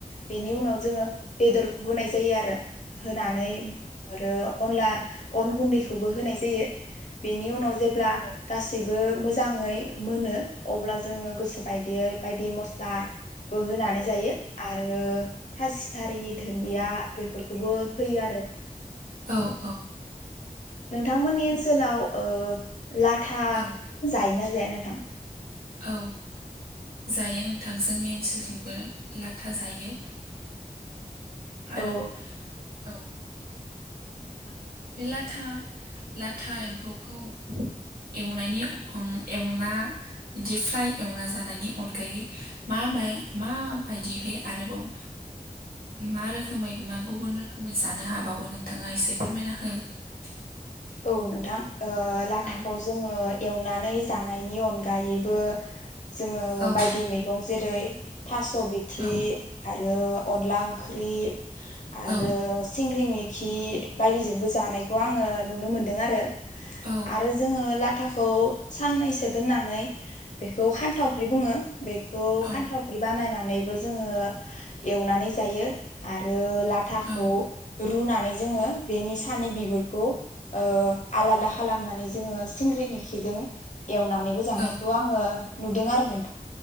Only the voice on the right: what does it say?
औ
औ
औ जायो नोंथां जोंनि ओनसोलथिंबो लाथा जायो आरो
औ
बे लाथा लाथा एम्फौखौ एवनायनि आंखौ एवना बिदि फ्राय एवना जानायनि अनगायै मा माबायदिहै आरोबाव मा रोखोमै मा गुबुन रोखोमै जानो हाबावो नोंथाङा एसे फोरमायनो हा <unintelligible>
औ
औ
औ
औ
औ
औ
औ
औ